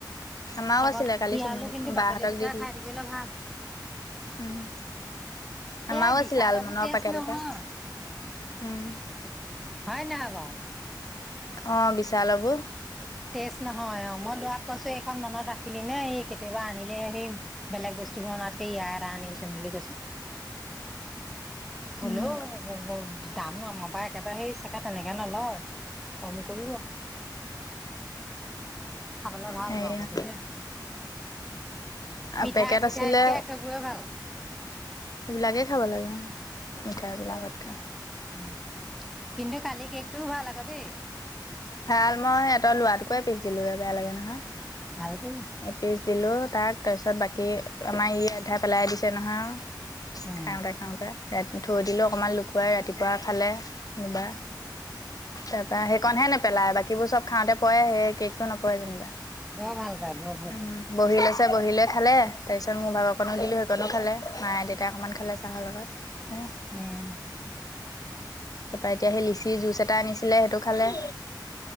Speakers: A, in the centre; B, on the left.
A: তাপা
B: আমাৰও আছিলে কালি
A: তিয়ালু
B: চুনু
A: কিন্তু
B: বাহঁতক
A: বাকলি গুচাই
B: দি দিলো
A: খাই থাকিবলৈ ভাল।
B: উম। আমাও
A: এই বিশালবোৰ
B: আছিল লালমনৰ
A: টেষ্ট
B: পেকেট
A: নহয়
B: এটা আছে উম
A: হয় নহয় বাও
B: অ বিশালকো
A: তেজ নহয় অ মই লৰাক কৈছো এইখন মনত ৰাখিলি নে এই কেতিয়াবা আনিলে সেই বেলেগ বস্তুবোৰনাতকে ইয়াই এৰানিবিচোন বুলি কৈছো। হ'লেও
B: উম
A: দাম নম পৰা একেবাৰে সেই চাগে তেনেকে নলয়, কম কৰিব খাবলে ভাল
B: সেয়া
A: পাওঁ সটো দেই মিঠাই
B: পেকেট
A: চিঠাইতকে
B: আছিলে।
A: সেইবোৰে ভাল
B: সেইবিলাকেই খাব লাগে মিঠাই বিলাকতকে
A: উ কিন্তু কালি কেকটোও ভাল আক দেই
B: ভাল ম‌ই ইিহঁত লৰাটোকোৱে পিছ দিলোে বেয়া লাগে নহয়
A: ভাল কৰিলা
B: এপিচ দিলোঁ তাক তাৰপিছত বাকী আমাৰ ই আধাই পেলাই দিছে নহয়।
A: উম
B: খাওঁতে খাওঁতে। ৰাতি থৈ দিলো অকমান লুকুৱাই ৰাতিপুৱা খালে কোবা তাৰ পৰা সেইকনহে নেপেলায় বাকীবোৰ চব খাওঁতে পৰে সেই কেকটো নপৰে যেনিবা।
A: বৰ ভাল। পায় বৰ ভাল
B: উম
A: পায়
B: বহিল। ত বহি লৈ খালে। তাৰপিছত মোৰ ভাগকণো দিলোঁ সেইকণো খালে। মাে দেউতাই অকণমান খালে চাহৰ লগত হ
A: উম
B: তাৰপা এতিয়া সেই লিচি জুচ এটা আনিছিলে সেইটো খালে